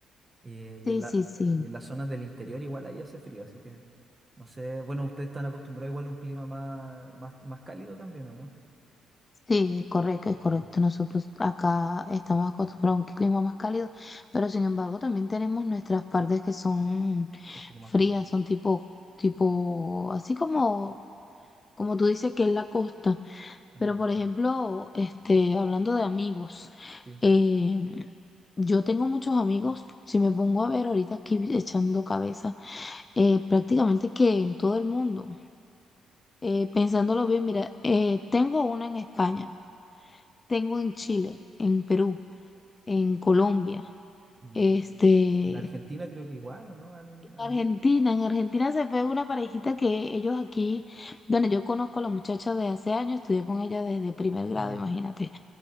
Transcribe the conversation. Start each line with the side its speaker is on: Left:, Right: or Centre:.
Right: Eh, y
Left: Sí,
Right: en la,
Left: sí, sí,
Right: eh, y en las zonas del interior igual ahí hace frío, así que no sé, bueno, ustedes están acostumbrados igual a un clima más, más, más cálido también, ¿o no?
Left: sí, es correcto, es
Right: Ah,
Left: correcto.
Right: ya,
Left: Nosotros acá estamos acostumbrados a un clima más cálido, pero sin embargo también tenemos nuestras partes que son
Right: un poco
Left: frías,
Right: más frío.
Left: son tipo, tipo, así como, como tú dices que es la costa.
Right: Ah,
Left: Pero por
Right: ya.
Left: ejemplo, este, hablando de amigos,
Right: Sí, sí.
Left: eh, yo tengo muchos amigos, si me pongo a ver ahorita aquí echando cabeza, eh, prácticamente que en todo el mundo, Eh, pensándolo bien, mira, eh, tengo una en España, tengo en Chile, en Perú, en Colombia,
Right: Mm.
Left: este,
Right: En Argentina creo que igual, ¿o no? Han ha
Left: Argentina,
Right: habido.
Left: en Argentina se fue una parejita que ellos aquí, bueno, yo conozco a la muchacha de hace años, estudié con ella desde primer grado,
Right: Ah,
Left: imagínate.
Right: ya.